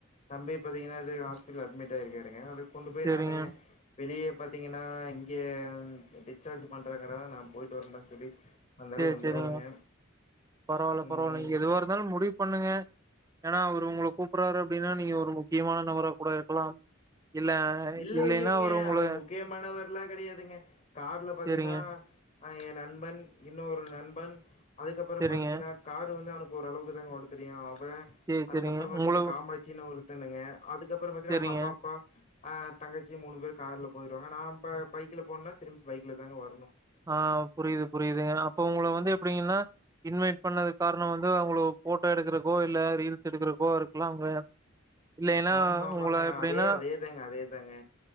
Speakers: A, on the left; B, on the right.
A: தம்பி பாத்தீங்கன்னா அது ஹாஸ்பிடல அட்மிட் ஆயிருக்காருங்க அதுக்கு கொண்டு போய்
B: சேரிங்க.
A: நானு வெளியே பாத்தீங்கன்னா இங்கே டிஸ்சார்ஜ் பண்ற கட நா போயிட்டு வரேன் சொல்லி வந்தாலும்
B: சேரி
A: வந்துருவனுங்க
B: சேரிங்க பரவாயில்ல பரவாயில்ல
A: ம்
B: நீங்க எதுவா இருந்தாலு முடிவு பண்ணுங்க ஏன்னா அவரு உங்கள கூப்புறாரு அப்டின்னா நீங்க ஒரு முக்கியமான நபரா கூட இருக்கலாம் இல்ல
A: இல்ல
B: இல்லைன்னா
A: இல்லைங்க
B: அவரு உங்கள
A: அவர் முக்கியமானவர்ல்லா கெடையாதுங்க கார்ல பாத்தீங்கன்னா
B: சேரிங்க,
A: அ எ நண்பன் இன்னொரு நண்பன் அதுக்கப்புறம்
B: சேரிங்க.
A: பாத்தீங்கன்னா காரு வந்து அவனுக்கு ஓரளவுக்கு தாங்க ஓட்ட தெரியு அவ
B: சேரி,
A: அதுக்கப்புற
B: சேரிங்க.
A: பாத்தீங்கன்னா
B: உங்கள
A: காமாட்சின்னு ஒரு பொண்ணுங்க அதுக்கப்புற பாத்திங்கனா
B: சேரிங்க.
A: அவுங்க அம்மா அப்பா ஆ தங்கச்சி மூணு பேர் கார்ல போயிடுவாங்க நா இப்ப பைக்ல போனுனா திரும்பி பைக்ல தாங்க வரணு
B: ஆ புரியுது புரியுதுங்க அப்ப உங்க வந்து எப்டிங்கன்னா இன்வைட் பண்ணது காரண வந்து அவுங்களுக்கு போட்டோ எடுக்குறக்கோ இல்ல ரீல்ஸ் எடுக்குறக்கோ இருக்கலா அவுங்க இல்லைன்னா
A: ஆமா ஆமாங்க
B: உங்கள எப்டின்னா
A: அதே அதேதாங்க அதேதாங்க